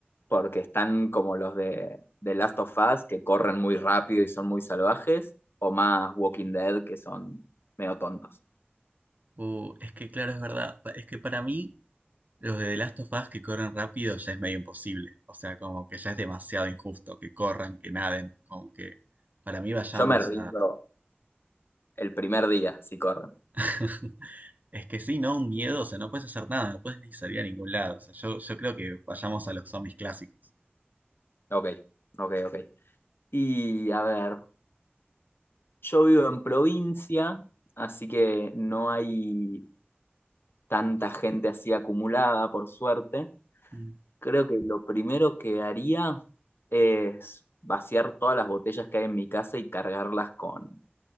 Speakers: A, on the left; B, on the right.
A: Porque están como los de, de Last of Us, que corren muy rápido y son muy salvajes, o más Walking Dead, que son medio tontos.
B: Uh, es que claro, es verdad, pa- es que para mí los de The Last of Us que corren rápido ya es medio imposible. O sea, como que ya es demasiado injusto que corran, que naden, como que para mí vayamos
A: Yo me rindo el primer día si corren.
B: <laughs> Es que sí, ¿no? Un miedo, o sea, no puedes hacer nada, no puedes ni salir a ningún lado. O sea, yo, yo creo que vayamos a los zombies clásicos.
A: Ok, ok, ok. Y a ver, yo vivo en provincia, así que no hay tanta gente así acumulada, por suerte
B: Mm,
A: Creo que lo primero que haría es vaciar todas las botellas que hay en mi casa y cargarlas con,